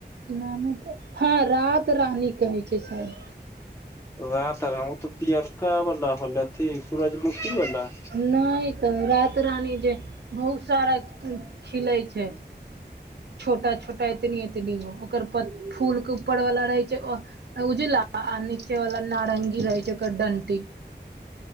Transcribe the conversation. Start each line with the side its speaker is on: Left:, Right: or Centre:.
Right: नामे त हँ रात रानी कहै छै शायद
Left: रात ओ तऽ पियरका वाला होलेथी सूरजमुखी वाला
Right: नहि तऽ रात रानी जे बहुत सारा खिलै छै छोटा छोटा एतनी एतनी ओकर प फूल के ऊपरवला रहै छै अह उजला आ नीचे वाला नारंगी रहै छै ओकर डंटी